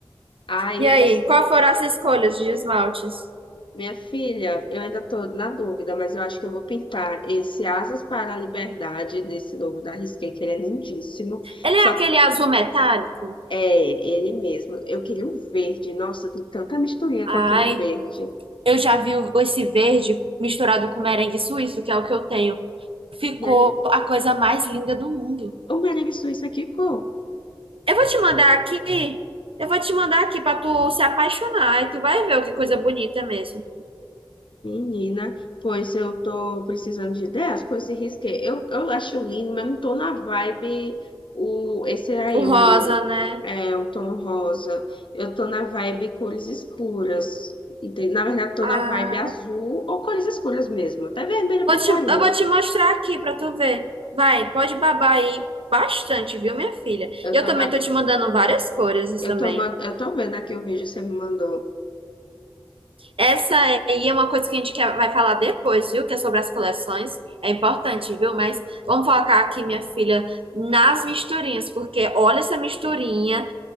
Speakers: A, on the left (about 60°); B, on the right (about 75°).
A: Aí
B: E aí,
A: você.
B: qual foram as escolhas de esmaltes?
A: Minha filha, eu ainda estou na dúvida, mas eu acho que eu vou pintar esse Asas para a Liberdade desse novo da Risqué, que ele é lindíssimo.
B: Ele
A: Só
B: é aquele azul metálico?
A: é ele mesmo. Eu queria o verde. Nossa, tem tanta misturinha
B: Ai,
A: com aquele verde.
B: eu já vi o- esse verde misturado com merengue suíço, que é o que eu tenho. Ficou
A: Merengue-
B: a coisa mais linda do mundo.
A: O merengue suíço aqui, cor.
B: Eu vou te mandar aqui, eu vou te mandar aqui pra tu se apaixonar e tu vai ver ó, que coisa bonita mesmo.
A: Menina, pois eu tô precisando de ideias com esse risqué. Eu, eu acho lindo, mas não tô na vibe o, esse aí,
B: O rosa,
A: o,
B: né?
A: é, o tom rosa. Eu tô na vibe cores escuras. Entende? Na verdade, tô
B: Ah,
A: na vibe azul ou cores escuras mesmo. Até vermelho eu
B: vou
A: pintaria.
B: te, eu vou te mostrar aqui pra tu ver. Vai, pode babar aí bastante, viu, minha filha?
A: Eu
B: E eu
A: tô,
B: também
A: ba-
B: tô te mandando várias cores
A: eu
B: também.
A: tô, man- eu tô vendo aqui o vídeo que você me mandou.
B: Essa aí é uma coisa que a gente quer, vai falar depois, viu? Que é sobre as coleções. É importante, viu? Mas vamos focar aqui, minha filha, nas misturinhas, porque olha essa misturinha.